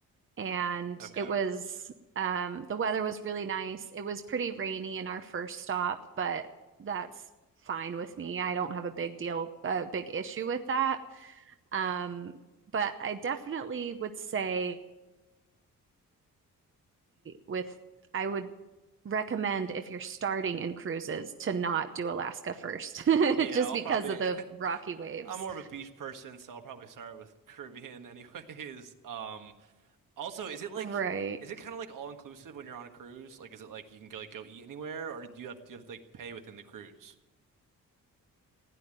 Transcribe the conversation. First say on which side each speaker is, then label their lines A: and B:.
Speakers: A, on the right; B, on the right.
A: and
B: Okay.
A: it was um the weather was really nice. It was pretty rainy in our first stop, but that's fine with me. I don't have a big deal, a big issue with that. Um, but I definitely would say with I would recommend if you're starting in cruises to not do Alaska first, <laughs>
B: Yeah,
A: just
B: I'll
A: because
B: probably
A: of the
B: <laughs>
A: rocky waves.
B: I'm more of a beach person, so I'll probably start with <laughs> Caribbean anyways. Um also, is it like
A: Right.
B: is it kind of like all inclusive when you're on a cruise? Like is it like you can go like go eat anywhere or do you have do you have to like pay within the cruise?